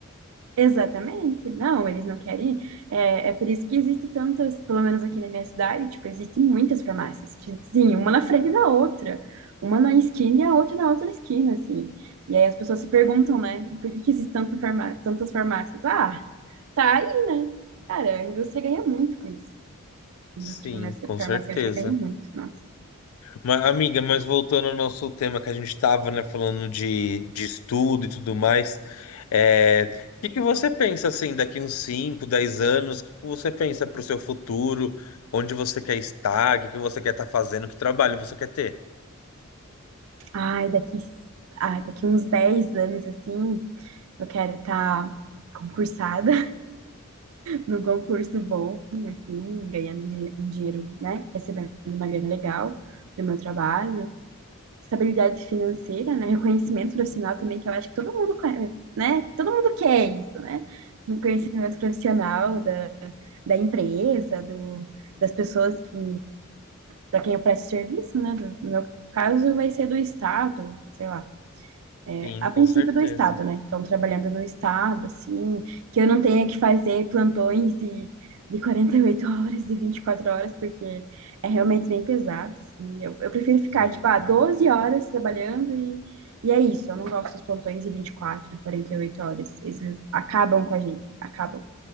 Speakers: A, on the right; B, on the left.
A: Exatamente. Não, eles não querem. É, é por isso que existe tantas, pelo menos aqui na minha cidade, tipo, existem muitas farmácias. tipo, Sim, uma na frente da outra. Uma na esquina e a outra na outra esquina, assim. E aí as pessoas se perguntam, né? Por que que existe tanta farmá tantas farmácias? Ah, tá aí, né? Cara, a indústria ganha muito com isso. A
B: Sim,
A: indústria farmácia-
B: com
A: farmacêutica
B: certeza.
A: ganha muito, nossa.
B: Mas, amiga, mas voltando ao nosso tema que a gente estava, né, falando de, de estudo e tudo mais, é, o que que você pensa, assim, daqui uns 5, 10 anos, o que que você pensa para o seu futuro, onde você quer estar, o que que você quer estar fazendo, que trabalho você quer ter?
A: Ai, daqui, ai, daqui uns 10 anos, assim, eu quero estar concursada. no concurso bom, assim, ganhando di- um dinheiro, né? Recebendo uma grana legal do meu trabalho, estabilidade financeira, né? Reconhecimento profissional também, que eu acho que todo mundo, conhe- né? Todo mundo quer isso, né? Um conhecimento profissional da, da empresa, do, das pessoas que, para quem eu presto serviço, né? Do- no meu caso, vai ser do Estado, sei lá é,
B: Sim,
A: a
B: com
A: princípio
B: certeza.
A: do estado, né? Então, trabalhando no estado, assim, que eu não tenha que fazer plantões de, de 48 <laughs> horas, de 24 horas, porque é realmente bem pesado, assim. Eu, eu prefiro ficar,
B: Sim.
A: tipo, ah, 12 horas trabalhando e, e é isso. Eu não gosto dos plantões de 24, 48 horas. Eles acabam com a gente, acabam.